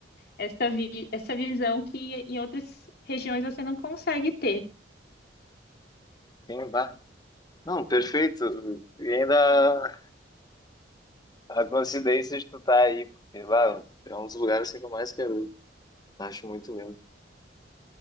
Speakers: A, on the left; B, on the left.
A: essa, vi- essa visão que em outras regiões você não consegue ter.
B: Sim, bah. Não, perfeito. E ainda a coincidência de tu estar aí, porque, bah, é um dos lugares assim, que eu mais quero. ir. Acho muito lindo.